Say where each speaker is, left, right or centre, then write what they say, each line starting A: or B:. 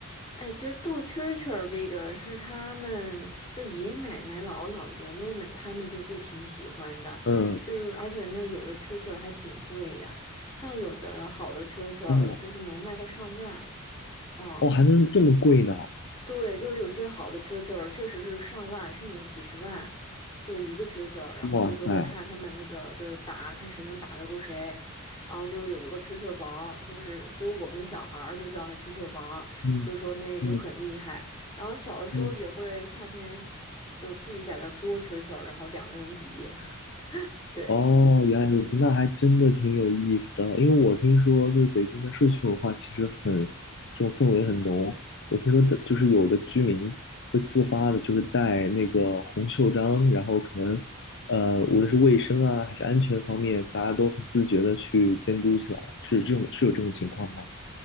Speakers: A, on the left; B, on the left.
A: 哎，其实斗蛐儿蛐儿这个是他们，就是爷爷奶奶、姥姥姥爷那们，他们就就挺喜欢的，
B: 嗯
A: 就是而且那有的蛐儿蛐儿还挺贵的，像有的好的蛐儿蛐儿就是能卖到上万，
B: 哦
A: 嗯。
B: 哦还能这么贵呢？
A: 对，就是有些好的蛐儿蛐儿确实是上万，甚至是几十万，就一个蛐儿蛐儿，然后就是会看他们那个就是打，
B: 哇塞，
A: 看谁能打得过谁，然后就有一个蛐儿蛐儿王，就是就是我们小孩儿就叫那蛐儿蛐儿王，
B: 嗯
A: 就是说那就很厉害。
B: 嗯
A: 然后小的时候也会夏天
B: 嗯。
A: 就自己在那儿捉蛐儿蛐儿，然后两个人比，<laughs> 对。
B: 哦，原来如此，那还真的挺有意思的。因为我听说，就是北京的社区文化其实很，这种氛围很浓。我听说的，就是有的居民会自发的，就是带那个红袖章，然后可能，呃，无论是卫生啊，还是安全方面，大家都很自觉的去监督起来。是这种，是有这种情况吗？